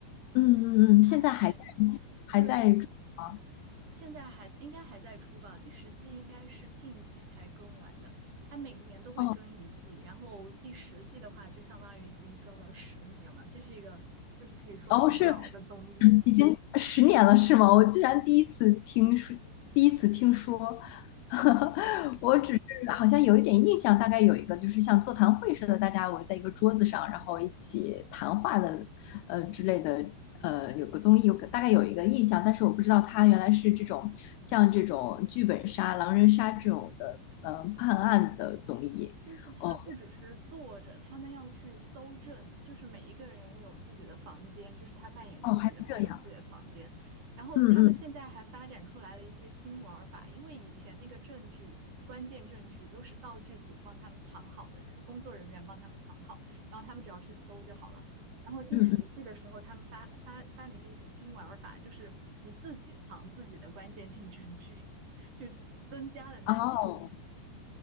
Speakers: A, on the left; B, on the right.
A: 嗯嗯嗯，
B: 他反
A: 现在还在还在追吗？
B: 对现在还应该还在出吧，第十季应该是近期才更完的，他每年都会更一季，
A: 哦
B: 然后第十季的话就相当于已经更了十年了，这是一个就是可以说很老的综艺。
A: 哦，是已经十年了是吗？我居然第一次听说，第一次听说，<laughs> 我只是好像有一点印象，大概有一个就是像座谈会似的，大家围在一个桌子上，然后一起谈话的，呃之类的，呃有个综艺，有个大概有一个印象，但是我不知道它原来是这种像这种剧本杀、狼人杀这种的，呃判案的综艺。
B: 就是他不只是坐着，
A: 哦
B: 他们要去搜证，就是每一个人有自己的房间，就是他扮演那个角色有自己的房间。
A: 哦，还是这样，
B: 然后他们现在还发展出来了一些新玩儿法，
A: 嗯嗯
B: 因为以前那个证据、关键证据都是道具组帮他们藏好的，就是工作人员帮他们藏好，然后他们只要去搜就好了。然后第十季的时候，
A: 嗯
B: 他们发发发明了一种新玩儿法，就是你自己藏自己的关键性证据，就增加了难度。
A: 嗯，哦，